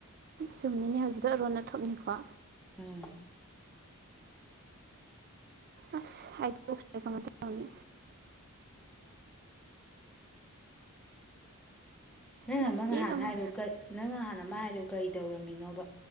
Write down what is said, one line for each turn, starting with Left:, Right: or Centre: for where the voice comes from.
Right: ꯆꯨꯝꯃꯤꯅꯦ ꯍꯧꯖꯤꯛꯇ‌ꯣ ꯑꯔꯣꯟ ꯑꯊꯨꯞꯅꯤꯀꯣ
Centre: ꯎꯝ
Right: ꯑꯁ ꯍꯥꯏꯗꯣꯈꯔ‌‌ꯦ ꯀꯃꯥꯏ ꯇꯧꯅꯤ
Centre: ꯅꯪ
Right: ꯃꯇꯦꯛ
Centre: ꯑꯃꯥ ꯅꯍꯥꯟꯅ
Right: ꯑꯃ
Centre: ꯍꯥꯏꯗ‌ꯣ ꯀꯩ ꯅꯪ ꯅꯍꯥꯟ ꯃꯥ ꯍꯥꯏꯗꯣ ꯀꯔꯤ ꯇꯧꯔꯝꯃꯤꯅꯣꯕ